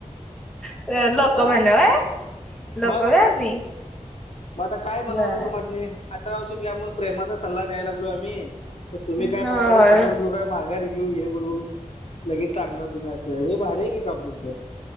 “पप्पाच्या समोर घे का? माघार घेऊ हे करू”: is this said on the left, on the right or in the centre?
Left